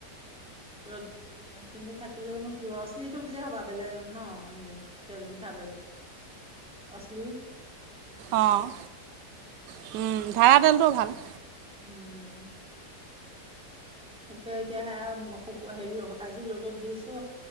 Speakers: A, in the centre; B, on the right (about 85°).
A: ৰ'দ কিন্তু থাকিলেওনো কি অশ্লীটো দিলেই হ'বা বেলেগ ন এ নিও তেল মিঠাতেল অশ্লীল।
B: অঁ', ধাৰা তেলটো ভাল।
A: উম। তাকে এতিয়া হে হেৰি আজি ৰ'দত দিছো।